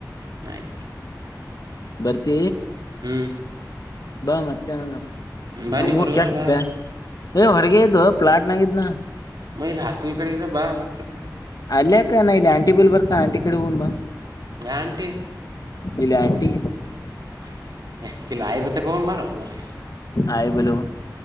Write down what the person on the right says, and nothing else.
ಆಯ್ತು
ಹ್ಮ್
ಬಾ
ನೀವ್ ಹೊರಗರ
ಬಾ
ಮೈಲ್ ಹಾಸ್ಟೆಲ್ ಕಡೆ ಇರ ಬಾ ಬರ್ತಾರ
ಯ ಆಂಟಿ
<inaudible> ಎ ಆಯಬ್ಬು ತ್ತೆ ಕ್ ಬಾರೋ ಮರ್ರೆ